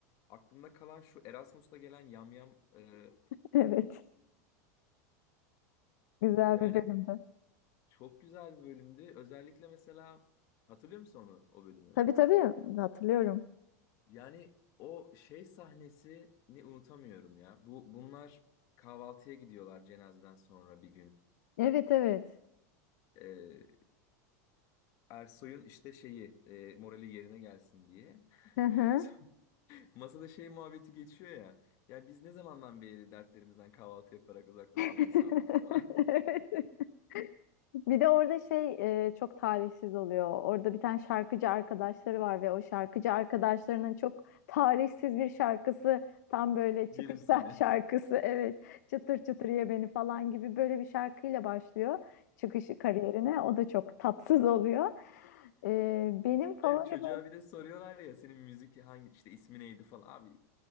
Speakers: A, on the left; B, on the left.
A: aklımda kalan şu Erasmus'ta gelen yamyam. E,
B: Evet. Güzel
A: yani
B: bir bölümdü.
A: çok güzel bir bölümdü. Özellikle mesela hatırlıyor musun onu o bölümü?
B: Tabii tabii hatırlıyorum.
A: Yani o şey sahnesini unutamıyorum ya. Bu bunlar kahvaltıya gidiyorlar cenazeden sonra bir gün.
B: Evet evet.
A: Ee, Ersoy'un işte şeyi e, morali yerine gelsin diye. <laughs>
B: Hı hı.
A: Sonra Masada şey muhabbeti geçiyor ya. Yani biz ne zamandan beri dertlerimizden kahvaltı yaparak uzaklaşan
B: <laughs>
A: insanlar falan. <laughs>
B: Evet. Bir de orada şey e, çok talihsiz oluyor. Orada bir tane şarkıcı arkadaşları var ve o şarkıcı arkadaşlarının çok talihsiz bir şarkısı tam böyle çıkış
A: Yerim
B: sah-
A: seni.
B: <laughs> şarkısı evet çıtır çıtır ye beni falan gibi böyle bir şarkıyla başlıyor çıkışı kariyerine. O da çok tatsız oluyor. E, benim favori
A: Hayır çocuğa
B: böyle-
A: bir de soruyorlar ya senin müzik hangi işte ismi neydi falan. Abi